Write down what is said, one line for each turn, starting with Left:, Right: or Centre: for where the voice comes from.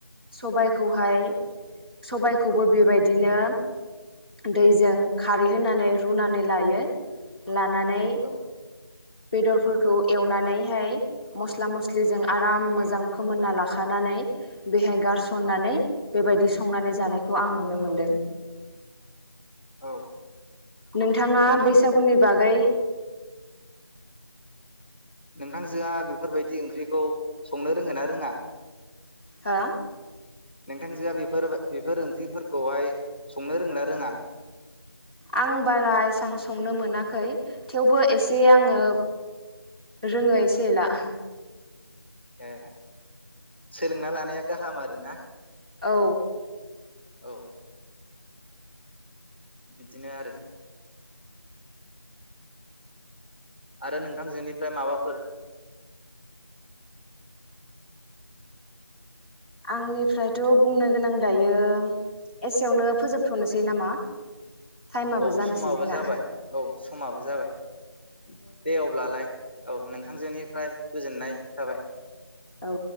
Right: सबाइ खौहाय सबाय खौबो बेबायदिनो दैजों खारै होनानै रुनानै लायो। लानानै
Left: औ
Right: बेदर फोरखौ एवनानै हाय मस्ला मस्लिजों आराम मोजां फोमोनना लाखानानै बेहाय गारसन नानै बेबायदि संनानै जानायखौ आं नुनो मोनदों।
Left: औ।
Right: नोंथाङा
Left: नोंथांजो
Right: बैसागुनि बागै
Left: नोंथांजो आ बेफोर बायदि ओंख्रिखौ संनो रोंगोन ना रोङा?
Right: हो
Left: नोंथांजोआ बेफोर बेफोर ओंख्रि फोरखौहाय संनो रों ना रोङा?
Right: आं बारा एसां संनो मोनाखै थेवबो एसे आङो रोङो एसे एला।
Left: ए सोलोंना लानाया गाहाम आरो ना।
Right: औ।
Left: औ। बिदिनो आरो। आरो नोंथांलजोनिफ्राय माबाफोर
Right: आंनिफ्रायथ' बुंनो गोनां दायो एसे यावनो फोजोबथ' नोसै नामा? टाइमाबो
Left: औ
Right: जानोसै
Left: समाबो
Right: जोंना
Left: जाबाय औ समाबो जाबाय दे अब्लालाय औ नोंथां जोनिफ्राय गोजोननाय थाबाय।
Right: औ।